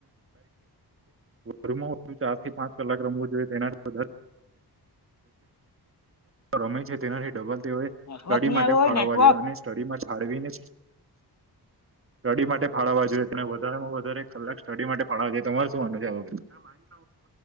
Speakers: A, on the right; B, on the left.
A: વધુમાં વધુ ચાર થી પાંચ કલાક રમવું જોઈએ તેનાથી રમે છે તેનાથી ડબલ તેઓ સ્ટડી
B: નેટવર્ક નહી
A: માટે
B: આવ્યો હોય
A: ફાળવવા
B: નેટવર્ક
A: જોઈએ અને સ્ટડી માટે ફાળવીને કડી માટે ફાળવવા જોઈએ તેને વધારેમાં વધારે એક કલાક સ્ટડી માટે ફાળવવા જોઈએ તો તમારે શું માનનું છે આ વગ